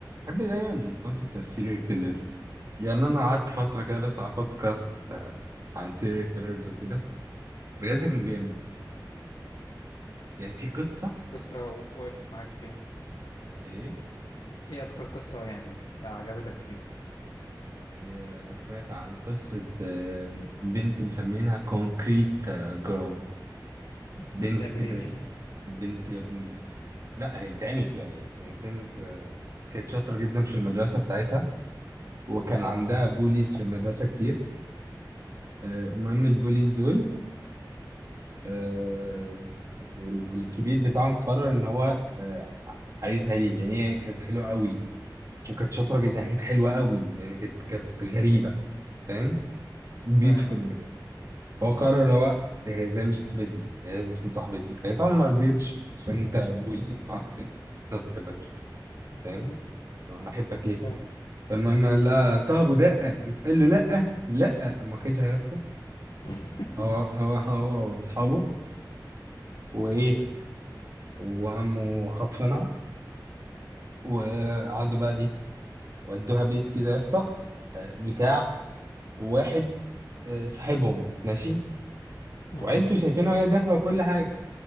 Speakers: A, on the right; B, on the left.
A: بحب دايما الكونسيبت بتاع السيريال كيلر يعني انا قعدت فتره كده بسمع بودكاست آه، عن سيريال كيلرز وكده بجد كان جامد يعني في قصه
B: قصة وقفت معاك فيهم
A: ايه
B: ايه اكتر قصة يعني عجبتك فيهم
A: إيه، سمعت عن قصه آه، بنت مسمينها كونكريت جيرل
B: دي
A: بنت
B: بتعمل
A: كده
B: ايه دي
A: بنت يا ابني لا هي بتعمل فيها ايه هي بنت آه، كانت شاطره جدا في المدرسه بتاعتها وكان
B: مم.
A: عندها بوليز في المدرسه كتير آه، المهم البوليز دول آه، الكبير بتاعهم قرر ان هو آه، عايزها ليه لان هي كانت حلوه قوي وكانت شاطره جدا كانت حلوه قوي يعني كانت كانت غريبه فاهم بيوتيفول
B: فاهم اه
A: يعني هو قرر اللي هو هي ازاي مش صاحبتي هي لازم تكون صاحبتي فهي طبعا ما رضيتش عشان انت ابوي معرفش الناس تحبكش
B: <laughs>
A: فاهم انا احبك ليه
B: فاهم
A: فالمهم قال لها طب ودقه يتقال له لا لا قام واخدها يا اسطى
B: <laughs>
A: هو هو هو واصحابه وايه وعمه خطفنا وقعدوا بقى ايه ودوها بيت كده يا اسطى آه، بتاع واحد آه، صاحبهم ماشي
B: مم.
A: وعيلته شايفينها وهي داخله وكل حاجه